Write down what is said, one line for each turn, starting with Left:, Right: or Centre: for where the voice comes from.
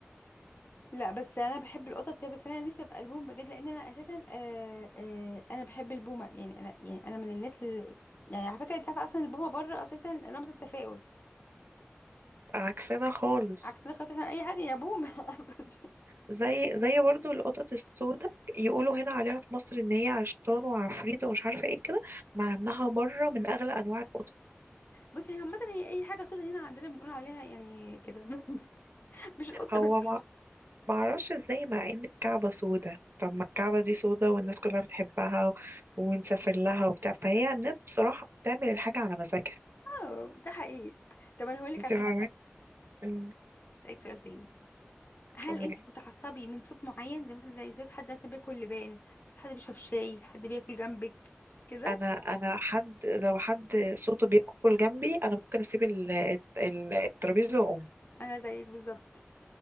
Left: لا بس انا بحب القطط يا بس انا نفسي ابقى البومه بجد لان انا اساسا آه آه انا بحب البومه يعني انا يعني انا من الناس اللي يعني على فكره انت عارفه اصلا البومه بره اساسا رمز التفاؤل
Right: عكسنا خالص
Left: عكسنا خلاص احنا اي حد يا بومه <laughs> بس
Right: زي زي برضو القطط السوداء يقولوا هنا عليها في مصر ان هي عشتان وعفريت ومش عارفه ايه كده مع انها بره من اغلى انواع القطط
Left: بصي هي عامه هي اي حاجه سودا هنا عندنا بنقول عليها يعني كده <laughs> مش القطه
Right: هو
Left: بس
Right: ما ما اعرفش ازاي مع ان الكعبه سوداء طب ما الكعبه دي سوداء والناس كلها بتحبها ونسافر لها وبتاع فهي الناس بصراحه بتعمل الحاجه على مزاجها
Left: اه ده حقيقي طب انا هقول لك
Right: انت
Left: على
Right: فاهمه
Left: حاجه تانية،
Right: أمم،
Left: اسالك سؤال تاني هل
Right: أمم.
Left: انت بتتعصبي من صوت معين ده مثلا زي صوت حد مثلا بياكل لبان صوت حد بيشرب شاي حد بياكل جنبك كده؟
Right: انا انا حد لو حد صوته بياكل جنبي انا ممكن اسيب ال- الت- الترابيزه واقوم
Left: انا زيك بالظبط